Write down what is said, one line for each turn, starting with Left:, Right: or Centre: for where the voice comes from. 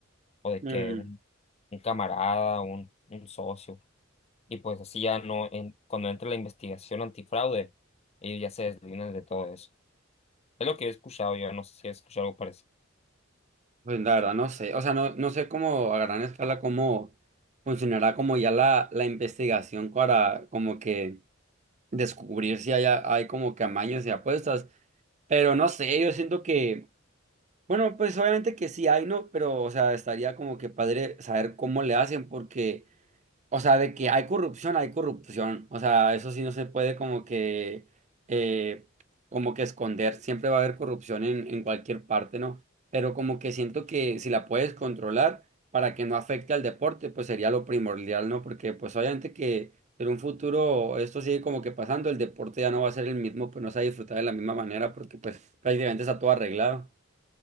Left: O de
Right: Mm.
Left: que un, un camarada, un, un socio. Y pues así ya no, en, cuando entra la investigación antifraude, ellos ya se desligan de todo eso. Es lo que he escuchado yo, no sé si he escuchado algo parecido.
Right: Pues la verdad no sé, o sea, no, no sé cómo a gran escala cómo funcionará como ya la, la investigación para como que descubrir si hay, a- hay como que amaños y apuestas, pero no sé, yo siento que, bueno, pues obviamente que sí hay, ¿no? Pero, o sea, estaría como que padre saber cómo le hacen porque o sea, de que hay corrupción, hay corrupción. O sea, eso sí no se puede como que, eh, como que esconder. Siempre va a haber corrupción en, en cualquier parte, ¿no? Pero como que siento que si la puedes controlar para que no afecte al deporte, pues sería lo primordial, ¿no? Porque pues obviamente que en un futuro esto sigue como que pasando, el deporte ya no va a ser el mismo, pues no se va a disfrutar de la misma manera porque pues prácticamente está todo arreglado.